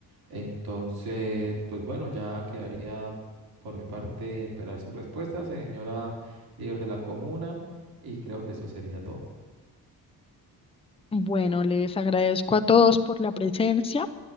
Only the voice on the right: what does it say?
Entonces, pues bueno, ya quedaría por mi parte esperar su respuesta, señora líder de la comuna, y creo que eso sería todo.